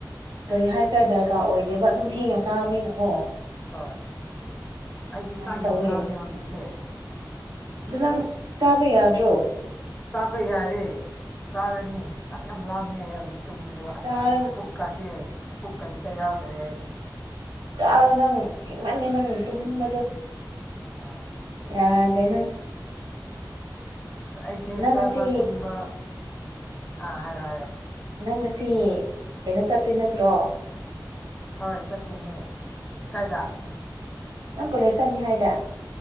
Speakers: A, on the right; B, on the left.
A: ꯀꯔꯤ ꯍꯥꯏꯁꯦ ꯗꯔꯀꯥꯔ ꯑꯣꯏꯗꯦꯕ ꯑꯗꯨꯝ ꯊꯦꯡꯉ ꯆꯥꯕꯅꯤꯅꯀꯣ
B: ꯍꯣꯏ ꯑꯩꯗꯤ
A: ꯑꯗꯨꯃꯥꯏꯅ
B: ꯆꯥꯛ
A: ꯇꯧꯋꯦ
B: ꯌꯥꯝ ꯂꯥꯝꯃꯦ ꯍꯧꯖꯤꯛꯁꯦ
A: ꯑꯗꯨ ꯅꯪ ꯆꯥꯕ ꯌꯥꯗ꯭ꯔꯣ
B: ꯆꯥꯕ ꯌꯥꯔꯦ ꯆꯥꯔꯅꯤ ꯆꯥꯛ ꯌꯥꯝ ꯂꯥꯝꯃꯦ ꯍꯧꯖꯤꯛ ꯇꯨꯝꯕꯁꯤ ꯑꯁ
A: ꯆꯥꯔꯣ
B: ꯄꯨꯛꯀꯁꯤ ꯄꯨꯛ ꯀꯩꯝꯇ ꯌꯥꯎꯗ꯭ꯔꯦ ꯑꯩ
A: ꯌꯥꯔꯣ ꯅꯪ ꯊꯦꯡꯃꯟꯅꯤ ꯅꯪ ꯇꯨꯝꯕꯗꯣ
B: ꯑꯥ
A: ꯌꯥꯗ꯭ꯔꯦ ꯅꯪ
B: ꯑꯁ ꯑꯩꯁꯦ
A: ꯅꯪ
B: ꯆꯥꯕ
A: ꯉꯁꯤ
B: ꯇꯨꯝꯕ ꯑꯥ ꯍꯥꯏꯔꯣ ꯍꯥꯏꯔꯣ
A: ꯅꯪ ꯉꯁꯤ ꯀꯩꯅꯣ ꯆꯠꯇꯣꯏ ꯅꯠꯇ꯭ꯔꯣ
B: ꯍꯣꯏ ꯆꯠꯀꯅꯤ ꯀꯥꯏꯗ
A: ꯑꯣ ꯅꯪ ꯀꯣꯂꯦꯖ ꯆꯠꯅꯤ ꯍꯥꯏꯗ